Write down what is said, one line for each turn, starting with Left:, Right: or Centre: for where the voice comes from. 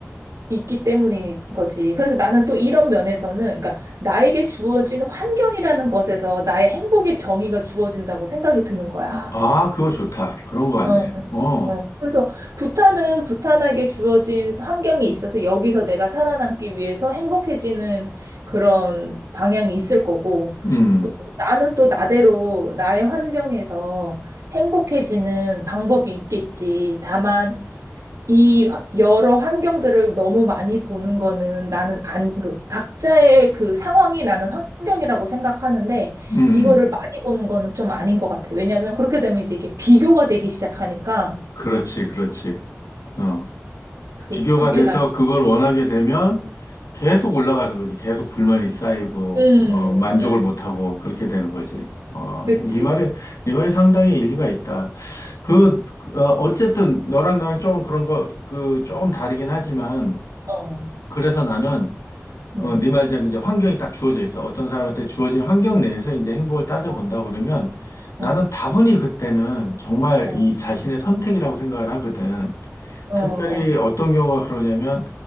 Right: 있기 때문인 거지. 그래서 나는 또 이런 면에서는, 그러니까 나에게 주어진 환경이라는 것에서 나의 행복의 정의가 주어진다고 생각이 드는 거야.
Left: 아, 그거 좋다. 그런 것 같네.
Right: 어.
Left: 어,
Right: 어, 그래서 부탄은 부탄에게 주어진 환경이 있어서 여기서 내가 살아남기 위해서 행복해지는 그런 방향이 있을 거고,
Left: 음,
Right: 또 나는 또 나대로 나의 환경에서 행복해지는 방법이 있겠지. 다만, 이 화- 여러 환경들을 너무 많이 보는 거는 나는 안, 그 각자의 그 상황이 나는 환경이라고 생각하는데,
Left: 음, 음.
Right: 이거를 많이 보는 거는 좀 아닌 것 같아. 왜냐하면 그렇게 되면 이제 이게 비교가 되기 시작하니까,
Left: 그렇지, 그렇지. 어.
Right: 그,
Left: 비교가
Right: 그게
Left: 돼서
Right: 나,
Left: 그걸 원하게 되면 계속 올라가는 거지. 계속 불만이 쌓이고,
Right: 그, 음,
Left: 어, 만족을
Right: 음,
Left: 못하고, 그렇게 되는 거지. 어,
Right: 그치.
Left: 네 말에, 네 말에 상당히 일리가 있다. 그, 그, 어, 어쨌든 너랑 나랑 조금 그런 거, 그, 조금 다르긴 하지만,
Right: 어,
Left: 그래서 나는 어,
Right: 음,
Left: 네 말대로 이제 환경이 딱 주어져 있어. 어떤 사람한테 주어진 환경 내에서 이제 행복을 따져본다
Right: 어,
Left: 그러면 나는
Right: 음,
Left: 다분히 그때는 정말
Right: 어,
Left: 이 자신의 선택이라고 생각을 하거든.
Right: 어,
Left: 특별히
Right: 어,
Left: 어떤 경우가 그러냐면